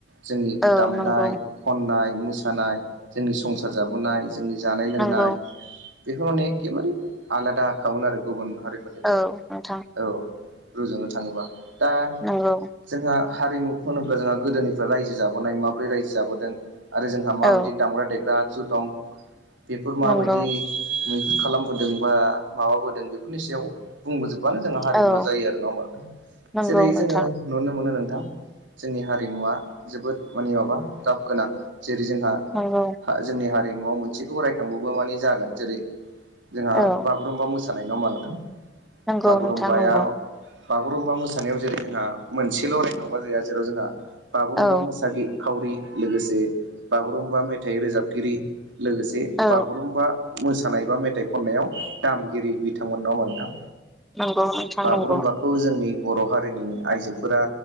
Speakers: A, on the right; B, in the centre.
A: जोंनि
B: औ
A: दामनाय,
B: नंगौ
A: खननाय, मोसानाय, जोंनि संसार जाबोनाय जोंनि जानाय लोंनाय
B: नंगौ
A: बेफोरावनो एखेबारे आलादााखामोन आरो गुबुन हारिफोरनिफ्राय
B: औ नोंथां
A: औ रुजुनो थाङोबा दा
B: नंगौ
A: जोंहा हारिमुखौ होनोब्ला जोंहा गोदोनिफ्राय रायजो जाबोनाय माबोरै रायजो जाबोदों, आरो जोंहा माबायदि
B: औ
A: दामग्रा देग्रा आगजु दं? बेफोर माबायदि?
B: नंगौ
A: मैहुर खालामबोदों बा माबाबोदों बेफोरनि सायाव बुंबोजोब बानो जोंहा हारिमुवा
B: औ
A: जायो आरो ना होमबा नोंथां?
B: नंगौ
A: जेरै
B: नोंथां
A: जोङो नुनो मोनो नों थां जोंनि हारिमुवआ जोबोद माने माबा गाब गोनां जेरै जोंहा।
B: नंगौ
A: जोंनि हारिमुवआव मोनसेखौ रायखांबबो मान जागोन जेरै जोंहा
B: औ
A: बागुरुम्बा मोसा नाय नङा मा नोंथां?
B: नंगौ
A: बागुरुमबाया
B: नोंथां नंगौ
A: बागुरुम्बा मोसानायाव जेरै जोंहा मोनसेल' रायखांबा जाया जेराव जोंहा बागुरुम्बा
B: औ
A: मोसागि खावरि लोगोसे बागुरुम्बा मेथाइ रोजाबगिरि लोगोसे
B: औ
A: बागुरुम्बा मोसानाय बा मेथाइ खननायाव दामगिरि बिथांमोन नङा होनबा नोंथां?
B: नंगौ नोंथां
A: बागुरुम्बाखौ
B: नंगौ
A: जोंनि- बर' हारिनि आइजोफोरा